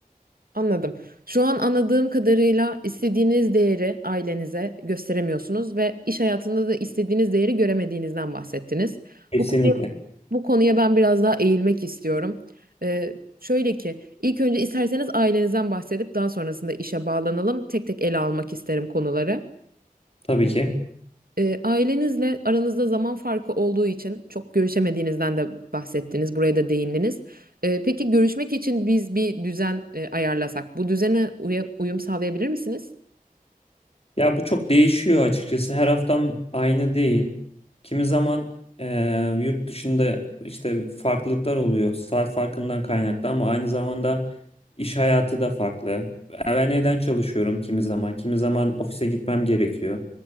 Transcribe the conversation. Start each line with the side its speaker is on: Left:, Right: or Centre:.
Right: Anladım. Şu an anladığım kadarıyla istediğiniz değeri ailenize gösteremiyorsunuz ve iş hayatında da istediğiniz değeri göremediğinizden bahsettiniz.
Left: Kesinlikle.
Right: Bu konuya, bu konuya ben biraz daha eğilmek istiyorum. Ee, şöyle ki, ilk önce isterseniz ailenizden bahsedip daha sonrasında işe bağlanalım. Tek tek ele almak isterim konuları.
Left: Tabii ki.
Right: E, ailenizle aranızda zaman farkı olduğu için çok görüşemediğinizden de bahsettiniz, buraya da değindiniz. E, peki görüşmek için biz bir düzen e, ayarlasak, bu düzene uya- uyum sağlayabilir misiniz?
Left: Ya bu çok değişiyor açıkçası. Her haftam aynı değil. Kimi zaman eee, yurt dışında işte farklılıklar oluyor. Saat farkından kaynaklı ama aynı zamanda iş hayatı da farklı. Ben evden çalışıyorum kimi zaman. Kimi zaman ofise gitmem gerekiyor.